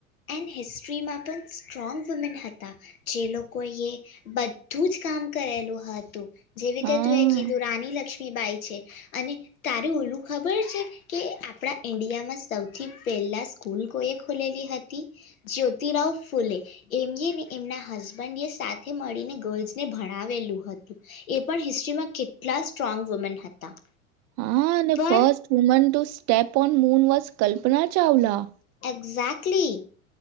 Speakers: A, on the left; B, on the right.
A: એડ હિસ્ટ્રીમાં પણ સ્ટ્રોંગ વુમેન હતા જે લોકો એ બધું જ કામ કરેલું હતું. જેવી રીતે
B: હા
A: તું એક કીધું રાની લક્ષ્મી ફીબાય છે અને તારેું ઓલું ખબર છે કે આપણા ઈન્ડિયામાં સૌથી પહેલાં સ્કૂલ કોએ ખુલેલી હતી? જ્યોતિરાવ ફુલે એમએને એમના હસબન્ડ એ સાથે મળીને ગર્લ્સને ભણાવેલું હતું એ પણ હિસ્ટ્રીમાં કેટલા સ્ટ્રોંગ વુમેન હતા.
B: હા અને
A: પણ
B: first woman to step on moon was Kalpana Chawla.
A: Exactly.